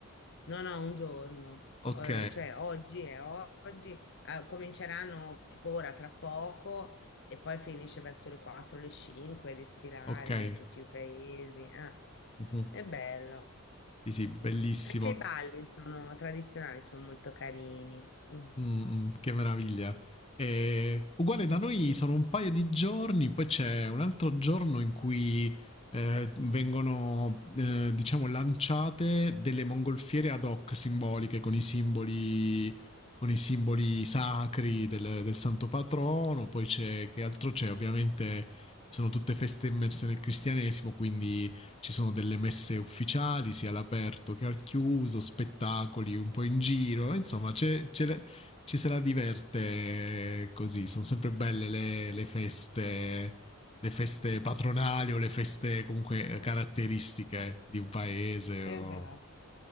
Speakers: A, on the left; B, on the left.
A: No, no, un giorno.
B: Ok,
A: Eh, cioè, oggi è oggi, eh, cominceranno tipo ora tra poco e poi finisce verso le 4, le 5 di sfilare
B: ok.
A: tutti i paesi. eh.
B: Mhm.
A: È bello.
B: Sì, sì, bellissimo.
A: Anche i balli sono tradizionali, sono molto carini. Mm.
B: Mh, mh, che meraviglia. Ehm, uguale da noi sono un paio di giorni, poi c'è un altro giorno in cui, ehm, vengono, ehm, diciamo lanciate delle mongolfiere ad hoc simboliche con i simboli con i simboli sacri del del santo patrono. Poi c'è che altro c'è? Ovviamente sono tutte feste immerse nel cristianesimo, quindi ci sono delle messe ufficiali sia all'aperto che al chiuso, spettacoli un po' in giro, insomma c'è c'è la ci se la diverte così. Sono sempre belle le, le feste, le feste patronali o le feste comunque eh, caratteristiche di un paese.
A: Esatto.
B: O...